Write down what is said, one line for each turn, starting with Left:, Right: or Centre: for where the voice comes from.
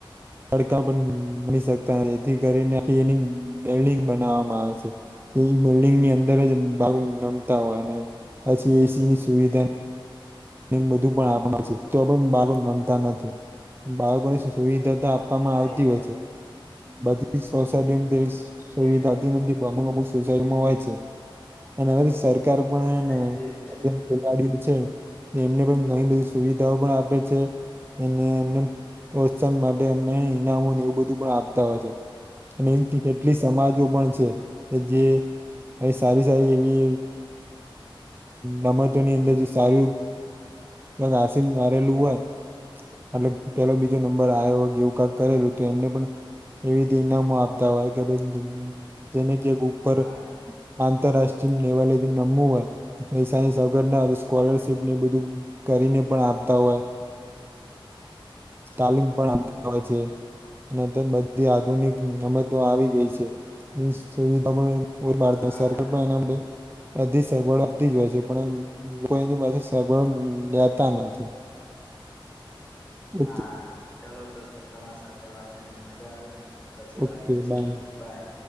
Right: તડકા પણ ન શકતા જેથી કરીને એની બિલ્ડિંગ બનાવવામાં આવે છે, એ બિલ્ડિંગ ની અંદર જ ભાગ નમતા હોય ને, પછી એ સી ની સુવિધા બધું પણ આપણ છે. તો પણ બાળ રમતા નથી, બાળકોને સુવિધા તો આપવામાં
Left: હા
Right: આવતી
Left: એટલે
Right: હોય છે. બધી સોસાયટી સુ
Left: જ એટલે
Right: દાદી
Left: જ
Right: ની અમુક અમુક <unintelligible> સુડમાં હોય છે, અને હવે તો સરકાર પણ
Left: અને જે જે
Right: ખેલાડીઓ છે. એમને પણ ઘણી બધી સુવિધાઓ પણ આપે છે. એને એમને પ્રોત્સાહન માટે એમને ઈનામોને એવું બધું પણ આપતા હોય છે. અને કેટલી સમાજો પણ છે, કે જે એ સારી સારી એવી, રમતોની અંદર સાર ત ઘાસને ભરેલું હોય. એટલે પેલો બીજો નંબર આવ એવું કક કરેલું તો એમને પણ એવી ઈનામો આપતા હોય કે ભાઈ જેને કક ઉપર.
Left: હા
Right: આંતરરાષ્ટ્રીય લેવલે રમવું હોય, પૈસાની સગર ના સ્કોલરશીપ ને બધ બધું કરીને પણ આપતા હોય. સ્ટાલિંગ પણ આવતા હોય છે. અને તે બધી આધુનિક રમતો આવી ગઈ છે, એ સુવિધા ભારત
Left: હા
Right: સરકાર પણ એના માટે અધી સગવડ આપતી જ હોય છે, પણ લોકો એની પાસે સગવડ લેતા નથી. ઓકે
Left: હા ચાલો તો તમારી સાથે વાત કરીને મજા આવી, પછી
Right: ઓકે
Left: વાત કરીએ.
Right: Bye
Left: by.